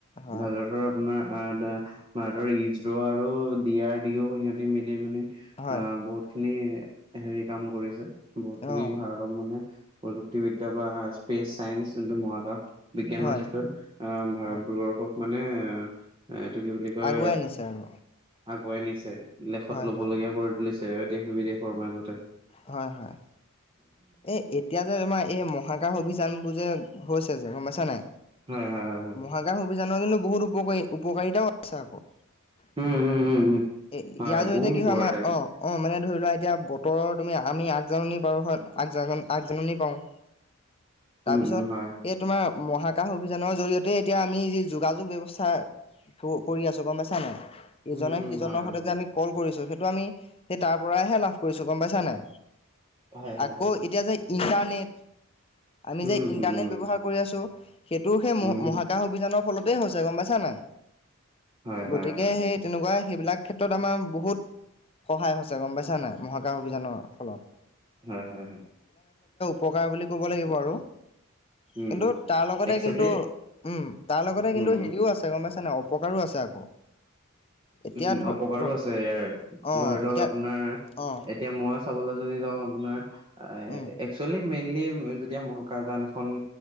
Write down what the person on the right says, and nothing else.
ভাজাৰতৰ আপোনাৰ ভাৰতৰ ইজৰ আৰু ড আৰ ডিও সিহঁতে মিলি মানি
আহ বহুত খিনি হেৰি কাম কৰিছে বহুত খিনি
ভাৰতক মানে প্ৰযুক্তিবিদ্যা বা স্পেচ চাইন্ঞ্চ যোনটো মহাকাশ বিজ্ঞানৰ
ক্ষেত্ৰ অহ ভাৰতবৰ্ষক
মানে এ এইটো কি বুলি কয়
আগুৱাই নিছে লেখত
লবলগীয়া
কৰি তুলিছ। দেশ বিদেশৰ মাজতে
হয় হয় হয় হয়
উম উম উম উম।
হয়
বহুত
উপকাৰিতা
আছে
উম
উম হয় হয়
উম
উম
হয় হয়
হয় হয়
হয়।
উম,
উম, উম,
উম,
হয়, হয়,
হয়,
হয় - হয় - হয়।
উম,
উম।
একচুৱেলি
উম,
উম,
অপকাৰো
আছে ইয়াৰ
ধৰি লওক
আপোনাৰ
এতিয়া মই চাবলৈ যদি যাও আপোনাৰ
একচুৱেলী মেইনলি যেতিয়া মহাকাশযান এখন